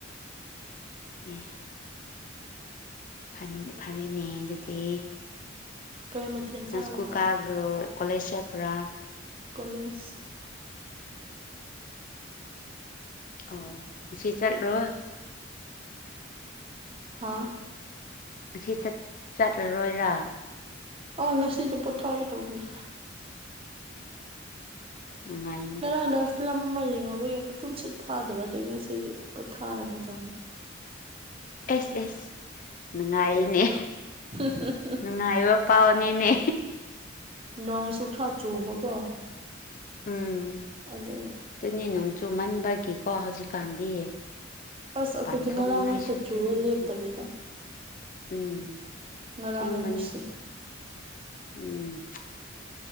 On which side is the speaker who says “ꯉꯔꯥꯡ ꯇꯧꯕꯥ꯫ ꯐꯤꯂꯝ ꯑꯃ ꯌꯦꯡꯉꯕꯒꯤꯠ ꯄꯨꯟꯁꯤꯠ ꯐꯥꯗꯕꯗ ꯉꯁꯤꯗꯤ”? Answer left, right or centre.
Right